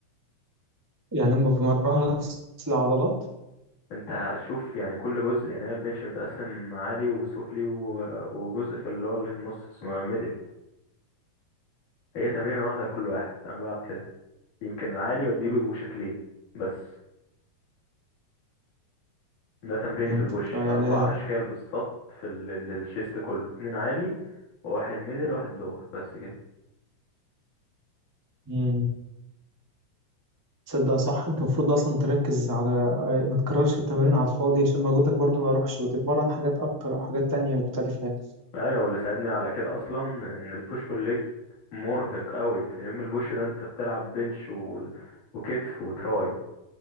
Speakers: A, on the right; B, on the left.
A: يعني هم بيمرنوا نفس العضلات
B: انت شوف يعني كل جزء يعني هي البنش متقسم عالي وسفلي و- وجزء في اللي هو اللي في النص اسمه ميدل هي تمرينة واحدة لكل واحد انا بلعب كده يمكن العالي بديله شكلين بس ده تمريني
A: فهمتك
B: في البوش
A: آه، يعني
B: اربع
A: ده-
B: اشكال بالظبط في ال- ال- الشيست كله اتنين عالي وواحد ميدل وواحد لور بس كده
A: مم، تصدق صح انت المفروض اصلا تركز على آه، ما تكررش التمرين على الفاضي عشان مجهودك برضو ما يروحش وتتمرن حاجات اكتر او حاجات تانية مختلفه يعني
B: ايوه واللي ساعدني على كده اصلا ان البوش بول ليج مرهق قوي في يوم البوش ده انت بتلعب بنش و... وكتف وتراي